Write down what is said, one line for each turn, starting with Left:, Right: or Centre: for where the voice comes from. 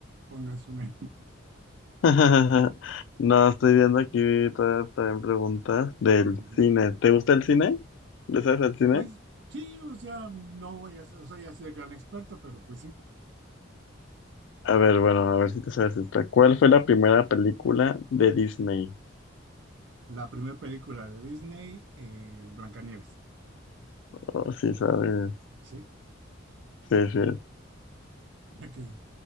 Right: pongas una. <laughs>
Left: <laughs> no, estoy viendo aquí todas también preguntas del
Right: Ujú.
Left: cine. ¿Te gusta el cine? ¿Le sabes al cine?
Right: Pues sí, o sea, no voy a ser, soy así de gran experto, pero pues sí,
Left: A ver, bueno, a ver si te sabes esta. ¿Cuál fue la primera película de Disney?
Right: la primera película de Disney, eh, Blancanieves,
Left: Oh, sí, sabes.
Right: ¿sí?
Left: Sí, sí,
Right: Ok.